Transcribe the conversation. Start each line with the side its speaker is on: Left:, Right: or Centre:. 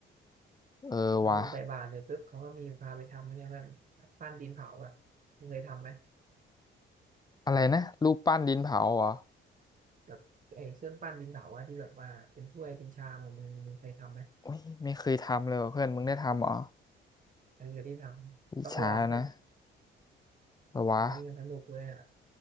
Left: เออวะ
Right: ทำบุญใส่บาตรเลยปุ๊บเขาก็มีพาไปทำนะเนี่ยเพื่อนปั้นดินเผาอ่ะมึงเคยทำไหม
Left: อะไรนะรูปปั้นดินเผาเหรอ
Right: แบบไอ้เครื่องปั้นดินเผาอ่ะที่แบบว่าเป็นถ้วยเป็นชามอะมึงมึงเคยทำไหม
Left: โอุ้ยไม่เคยทำเลยว่ะเพื่อนมึงได้ทำเหรอ
Right: อันนี้ที่ทำต้องลองเพื่อน
Left: อิจฉานะเออวะ
Right: เออสนุกเลยอ่ะ